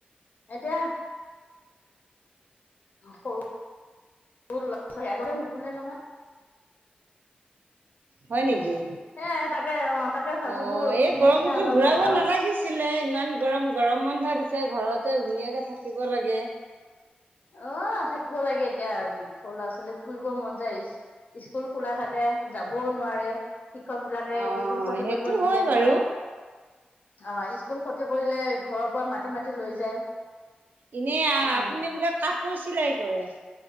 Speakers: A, on the left (about 60°); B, on the right (about 70°).
A: এতিয়া সৰু সৰু ল'ৰা-ছোৱালী আহিলে নুশুনে নহয়।
B: হয়
A: উম
B: নেকি
A: সে তাকে অ' তাকে ভাবিলো
B: অ এই
A: পিঠা
B: গৰমতো
A: চিঠা অলপ
B: ঘূৰাব
A: বনাও
B: নালাগিচি ছিলে ইমান গৰম গৰম বন্ধ দিছে, ঘৰতে ধুনীয়াকে থাকিব লাগে।
A: অ' থাকিব লাগে এতিয়া সৰু ল'ৰা-ছোৱালী ফুৰিব মন যায়, স্কুল খোলা থাকে যাবও নোৱাৰে। শিক্ষক বিলাকে
B: অ
A: স্কুল ক্ষতি
B: সেইটো
A: কৰিব নিদিয়ে
B: হয় বাৰু
A: নহয়। অ স্কুল ক্ষতি কৰিলে ঘৰৰ পৰা মাতি মাতি লৈ যায়।
B: এনে
A: উম
B: আপুনি বোলে কাপোৰ চিলাই কৰে?